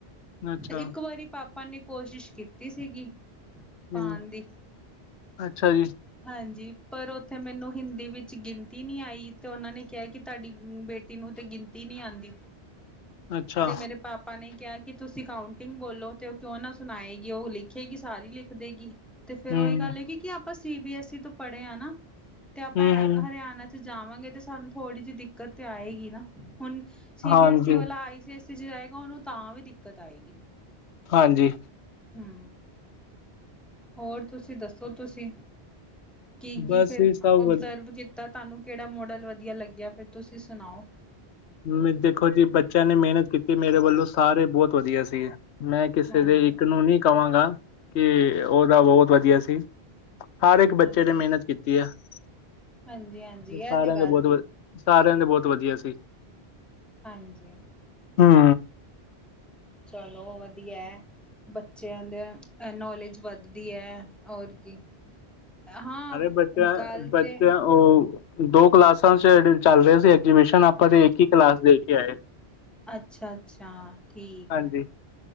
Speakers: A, on the left; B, in the centre.
A: ਅੱਛਾ
B: ਇੱਕ ਵਾਰੀ ਪਾਪਾ ਨੇ ਕੋਸ਼ਿਸ਼ ਕੀਤੀ ਸੀਗੀ। ਪਾਣ
A: ਹੂੰ,
B: ਦੀ
A: ਅੱਛਾ ਜੀ।
B: ਹਾਂਜੀ, ਪਰ ਉੱਥੇ ਮੈਨੂੰ ਹਿੰਦੀ ਵਿੱਚ ਗਿਨਤੀ ਨੀ ਆਈ। ਤੇ ਉਨਾਂ ਨੇ ਕੇਆ ਕਿ ਤਾਡੀ ਬੇਟੀ ਨੂੰ ਤੇ ਗਿਨਤੀ ਨੀ ਆਂਦੀ।
A: ਅੱਛਾ
B: ਤੇ ਮੇਰੇ ਪਾਪਾ ਨੇ ਕੇਆ ਕਿ ਤੁਸੀਂ ਕਾਉਂਟਿੰਗ ਬੋਲੋ ਤੇ ਓ ਕਿਉਂ ਨਾ ਸੁਨਾਏਗੀ। ਉਹ ਲਿਖੇਗੀ ਸਾਰੀ ਲਿਖ ਦੇਗੀ। ਤੇ ਫੇਰ
A: ਹਮ
B: ਓਈ ਗੱਲ ਹੈ ਕਿ -ਕੀ ਆਪਾਂ ਸੀ ਬੀ ਐਸ ਈ ਤੋਂ ਪੜ੍ਹੇ ਆ ਨਾ ਤੇ ਆਪਾਂ
A: ਹੂੰ-ਹੂੰ,
B: ਹਰਿਆਨਾ ਚ ਤੇ ਜਾਵਾਂਗੇ ਤੇ ਸਾਨੂੰ ਥੋੜ੍ਹੀ ਜਿਹੀ ਦਿੱਕਤ ਤੇ ਆਏਗੀ ਨਾ, ਹੁਨ ਸੀ
A: ਹਾਂਜੀ-ਹਾਂਜੀ,
B: ਬੀ ਐਸ ਈ ਵਾਲਾ ਆਈ ਜੇ ਇਸ ਚ ਜਾਏਗਾ, ਉਨੂੰ ਤਾਂ ਵੀ ਦਿੱਕਤ ਆਏਗੀ।
A: ਹਾਂਜੀ।
B: ਹੂੰ ਹੋਰ ਤੁਸੀਂ ਦੱਸੋ ਤੁਸੀਂ, ਕੀ-ਕੀ
A: ਬਸ
B: ਫੇਰ
A: ਇਹ ਸਭ
B: ਓਬਜ਼ਰਵਜ
A: ਵਧ
B: ਕੀ ਤਾਂ ਤੁਹਾਨੂੰ ਕੇੜਾ ਮੋਡਲ ਵਧੀਆ ਲੱਗੇਆ, ਫੇਰ ਤੁਸੀਂ ਸੁਣਾਓ।
A: ਮੇ ਦੇਖੋ ਜੀ ਬੱਚੇਆਂ ਨੇ ਮੇਹਨਤ ਕੀਤੀ, ਮੇਰੇ ਵੱਲੋਂ ਸਾਰੇ ਬਹੁਤ ਵਧੀਆ ਸੀਗੇ। ਮੈਂ ਕਿਸੇ
B: ਹਾਂਜੀ
A: ਦੇ ਇੱਕ ਨੂੰ ਨਈ ਕਵਾਂਗਾ, ਕਿ ਉਹਦਾ ਬਹੁਤ ਵਧੀਆ ਸੀ। ਹਰ ਏਕ
B: ਹਾਂਜੀ
A: ਬੱਚੇ ਨੇ ਮੇਹਨਤ ਕੀਤੀ ਏ, ਤੇ
B: ਹਾਂਜੀ ਹਾਂਜੀ ਇਹ
A: ਸਾਰਿਆਂ
B: ਤੇ ਗੱਲ
A: ਦੇ ਬੋਹਤ
B: ਬਿਲ
A: ਵ ਸਾਰੇਆਂ, ਦੇ ਬੋਹਤ ਵਧੀਆ ਸੀ।
B: ਹਾਂਜੀ।
A: ਹੂੰ
B: ਚਲੋ ਵਧੀਆ ਹੈ। ਬੱਚਿਆਂ ਦੀਆਂ ਨੌਲੇਜ ਵੱਧਦੀ ਹੈ, ਔਰ ਕੀ। ਹਾਂ,
A: ਅਰੇ ਬੱਚਾ-ਬੱਚਾ
B: ਦਾਲ ਤੇ
A: ਉਹ ਦੋ ਕਲਾਸਾਂ ਚ ਐਡੀਡ ਚੱਲ ਰਹੇ ਸੀ ਐਗਜੀਬਿਸ਼ਨ ਆਪਾਂ ਤੇ ਇੱਕ ਹੀ ਕਲਾਸ ਦੇ ਕੇ ਆਏ ਆ।
B: ਅੱਛਾ-ਅੱਛਾ ਠੀਕ
A: ਹਾਂਜੀ
B: ਹੈ।